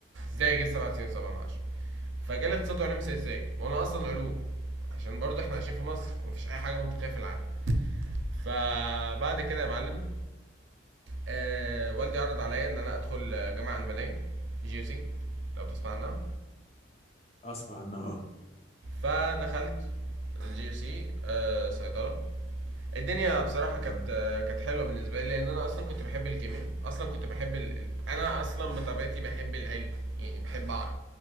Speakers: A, on the right; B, on the left.
A: ازاي جيت 97 7 من 10 فجالي اقتصاد وعلوم سياسيه وانا اصلا علوم عشان برضه احنا عايشين في مصر ومفيش اي حاجه منطقيه في العالم فبعد كده يا معلم آه والدي عرض عليا ان انا ادخل جامعه المانيه جي يو سي لو تسمع عنها
B: أسمع عنها اه
A: فدخلت الجي يو سي آه صيدله الدنيا بصراحه
B: تمام
A: كانت آه، كانت حلوه بالنسبه لي لان انا اصلا كنت بحب الكيمياء اصلا كنت بحب ال... ال- انا اصلا بطبيعتي بحب العلم يعني بحب اعرف